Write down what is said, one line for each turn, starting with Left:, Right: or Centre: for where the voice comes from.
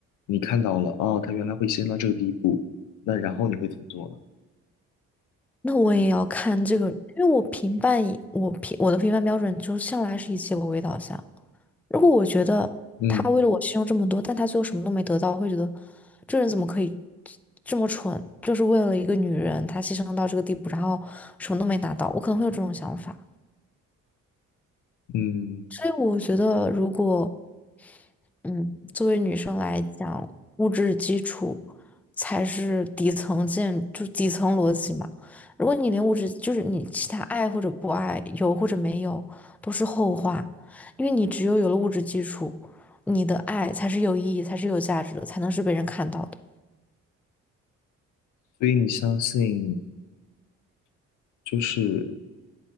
Left: 你看到了哦，他原来会牺牲到这个地步，那然后你会怎么做呢？
Centre: 那我也要看这个，因为我评判以我评我的评判标准就向来是以结果为导向。如果我觉得他为了我牺牲这么多，
Left: 嗯
Centre: 但他最后什么都没得到，我会觉得这人怎么可以这么蠢？就是为了一个女人，他牺牲到这个地步，然后什么都没拿到，我可能会有这种想法。
Left: 嗯，
Centre: 所以我觉得，如果嗯，作为女生来讲，物质基础才是底层建，就底层逻辑嘛。如果你连物质，就是你其他爱或者不爱，有或者没有，都是后话，因为你只有有了物质基础，你的爱才是有意义，才是有价值的，才能是被人看到的。
Left: 所以你相信就是